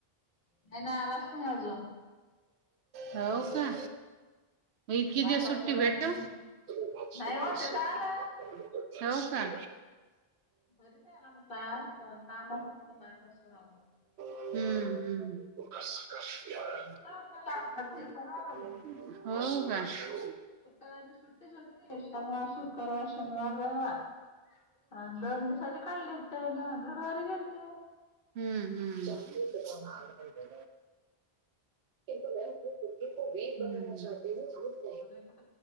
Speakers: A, on the left; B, on the right.
A: नाही ना आलाच नाही अजून
B: हो का? म इतकी
A: बायपासवर
B: दिवस सुट्टी
A: आहे
B: भेट.
A: म्हणे
B: होव
A: नाही हो ते तर आला
B: का?
A: घरी नाही आला म्हटलं आ काम असत बाहेरपास राह.
B: हम्म हम्म.
A: तर तवाच
B: हो
A: आला सात दिवसानं आला
B: ह
A: शुक्रवार सुुटीच होते शनिवार शुक्रवार शनिवार रविवार अंदोंद दिवसजे कडली इेतय ना गुरवारी गेलतीय.
B: हम्म हम्म. किु म पुुट को वी बना चती ह.
A: अर क